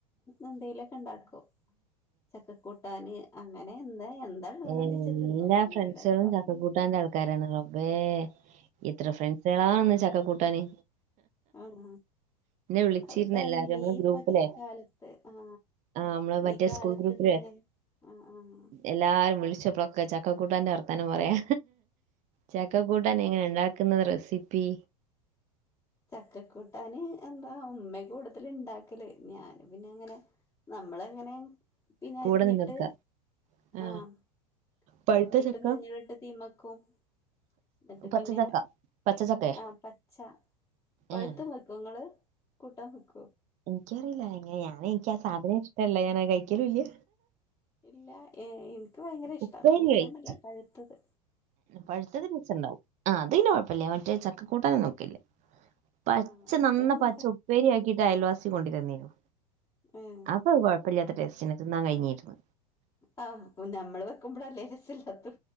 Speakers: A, on the left (about 15°); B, on the right (about 35°).
A: എന്തേലൊക്കെ ഉണ്ടാക്കോ ചക്കക്കൂട്ടാന് അങ്ങനെ എന്താ എന്താ ഉള്ളതെന്ന്
B: ഏ
A: വെച്ചാ
B: എല്ലാ
A: തിന്നും
B: ഫ്രണ്ട്സുകളും
A: ഇവിടെ ബാക്കില്ല
B: ചക്ക കൂട്ടാന്റെ ആൾക്കാരാണ് റബേ ഇത്ര ഫ്രണ്ട്സുകളണന്ന് ചക്ക കൂട്ടാന്
A: ആഹ
B: വിളിച്ചിരുന്നു
A: അവിടെ ഡെലി
B: എല്ലാരും നമ്മളെ ഗ്രൂപ്പിലെ
A: പ കാലത്ത് ആഹ
B: ആഹ് നമ്മളെ മറ്റേ
A: ഈ കാലത്ത്
B: സ്കൂൾ ഗ്രൂപ്പിലെ
A: പിന്നെ ആഹ് ആഹ്
B: എല്ലാരും വിളിച്ചപ്പള്ളൊക്കെ ചക്കക്കൂട്ടന്റെ വർത്താനം പറയാ ചക്കക്കു ട്ടാൻ എങ്ങനെ ഉണ്ടാക്കുന്നത് റെസിപ്പി
A: ചക്കക്കൂട്ടാന് എന്താ ഉമ്മ കൂടുതൽ ഇണ്ടാക്കല് ഞാൻ പിന്നെ അങ്ങനെ നമ്മൾ എങ്ങനെ പിന്നെ
B: കൂടെ
A: അരിഞ്ഞിട്ട്
B: നിന്നൊടുക്ക ആ
A: ആഹ
B: പഴുത്ത
A: അരിഞ്ഞിട്ട്
B: ചക്ക
A: മഞ്ഞളിട്ട് തീമക്കും എന്നിട്ട്
B: പച്ചച്ചക്ക
A: പിന്നെ
B: പച്ചച്ചക്കയ
A: ആഹ പച്ച പഴുത്ത
B: ഉം
A: വെക്കങ്ങള് കൂട്ടം വെക്കു
B: എനിക്കറിയില്ല എങ്ങന ഞാന എനിക്ക് ആ സാധനം ഇഷ്ടല്ല ഞാനാ കഴിക്കലുല
A: ഇല്ല ഏ ഇങ്ക് ഭയങ്കര ഇഷ്ടാ
B: ഉപ്പേരി
A: കൂട്ടാനല്ല
B: കഴിച്ച്
A: പഴുത്തത്
B: പഴുത്തത് രസണ്ടാവും ആ അത് പിന്നെ കൊഴപ്പമില്ല മറ്റേ ചക്കക്കൂട്ടാനെ നോക്കല്ലേ പച്ച
A: ആഹ് അതന്നെ
B: നന്ന പച്ച ഉപ്പേരിയാക്കിട്ട് അയൽവാസി കൊണ്ടിത്തന്നേനു
A: ഏഹ്
B: അപ്പൊ കുഴപ്പമില്ലാത്ത ടെസ്റ്റ്‌എനി തിന്നാൻ കഴിഞ്ഞിരുന്നു
A: ആഹ ഞമ്മള് വെക്കുമ്പള്ളല്ലേ ലേസല്ലാത്ത